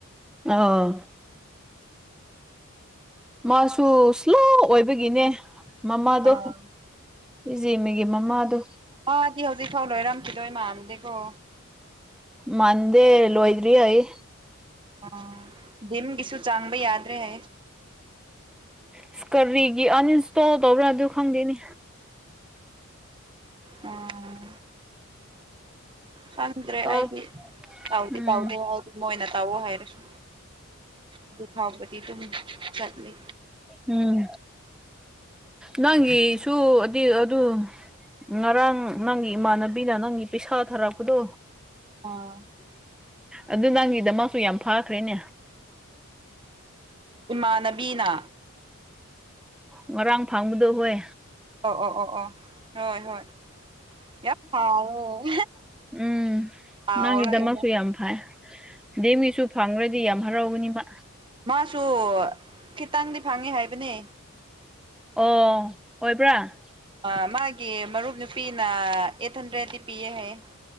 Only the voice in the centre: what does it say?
ꯑꯣ ꯃꯥꯁꯨ ꯁ꯭ꯂꯣ ꯑꯣꯏꯕꯒꯤꯅꯦ ꯃꯃꯥꯗꯣ
ꯏꯆꯦꯃꯤꯒꯤ ꯃꯃꯥꯗꯣ
ꯃꯗꯦ ꯂ ꯍꯣꯏꯗ꯭ꯔꯤ ꯑꯩ
ꯏꯁꯀꯔꯤꯒꯤ ꯑꯟꯏꯟꯁꯇꯣꯜ ꯇꯧꯕ꯭ꯔꯥ ꯑꯗꯨ ꯈꯪꯗꯦꯅꯦ
ꯇꯧ
ꯎꯝ
ꯎꯝ ꯅꯪꯒꯤꯁꯨ ꯑꯗꯨꯗꯤ ꯑꯗꯨ ꯉꯔꯥꯡ ꯅꯪꯒꯤ ꯏꯃꯥꯟꯅꯕꯤꯅ ꯅꯪꯒꯤ ꯄꯩꯁꯥ ꯊꯥꯔꯛꯄꯗꯣ
ꯑꯗꯨ ꯅꯪꯒꯤꯗ ꯃꯥꯁꯨ ꯌꯥꯝ ꯐꯥꯈ꯭ꯔꯦꯅꯦ
ꯉꯥꯡ ꯐꯥꯡꯕꯗꯣ ꯍꯣꯏ
ꯎꯝ
ꯅꯪꯒꯤꯗꯃꯛꯁꯨ
ꯌꯥꯝ ꯐꯩ ꯗꯦꯝꯒꯤꯁꯨ ꯐꯪꯈ꯭ꯔꯗꯤ ꯌꯥꯝ ꯍꯔꯥꯎꯕꯅꯤ ꯃꯥ
ꯑꯣ ꯍꯣꯏꯕ꯭ꯔꯥ